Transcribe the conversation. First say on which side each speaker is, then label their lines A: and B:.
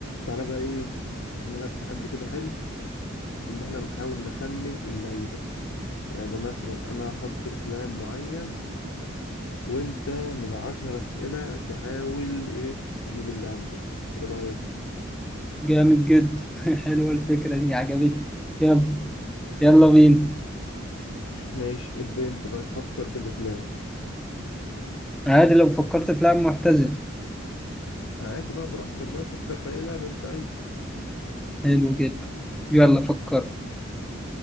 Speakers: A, on the left; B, in the centre.
A: تعالى بقى ايه نلعب تحدي كده حلو ان احنا نحاول نخمن اللعيبة يعني مثلا انا هفكر في لاعب معين وانت من عشر اسئلة تحاول ايه تجيب اللاعب ده ايه رأيك
B: جامد جدا <laughs> حلوة الفكرة دي عجبتني يلا يلا بينا
A: ماشي ابدأ انت بقى فكر كده في لاعب
B: عادي لو فكرت في لاعب معتزل
A: عادي بقى براحتك بقى فكر في اي لاعب انت عايزه
B: حلو جدا يلا فكر